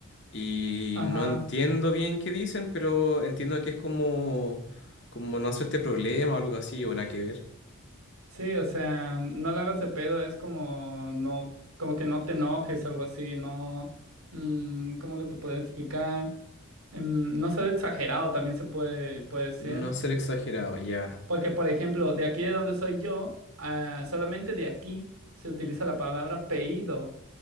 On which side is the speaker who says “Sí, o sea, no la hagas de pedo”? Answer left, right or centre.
Right